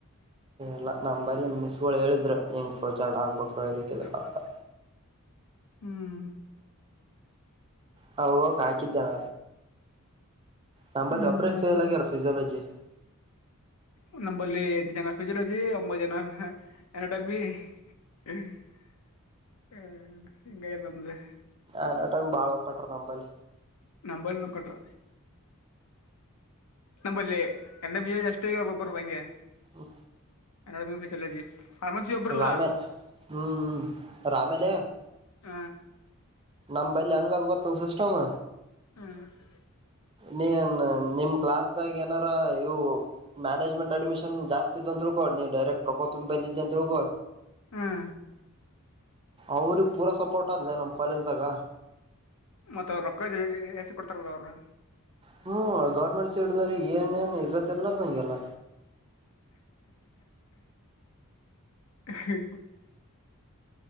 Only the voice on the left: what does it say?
ಪಾಲ
ಹ್ಮ್
ಹ್ಮ್
ಹ್ಮ್
ನಂಬಲ್ಲಿ ಎಂಟು ಜನ ಫಜಿಯಾಲಜಿ ಒಂಬತ್ತು ಜನ ಎನಟಮಿ ಹ್ಮ ಎಂಗ ನಮ್ದ
ನಂಬಲ್ ನ ಕೊಟ್ರ ನಂಬಲ್ಲಿ ಎರಡು ವಿಜಯ ಅಷ್ಟು ಒಬ್ಬೊಬ್ಬರು ಹಂಗೆ
ಅನ್ನಡಜಿ ಫಾರ್ಮಸಿ ಒಬ್ಬ್ರಲ್ಲಾ
ಹ
ಮಾಡ್ತ
ಹ
ಮತ್ತ ಅವರು ರೊಕ್ಕ ಜ ಎಸ ಕೊಡ್ತಾರಲ್ಲ ಅವರು
ಹ್ಮ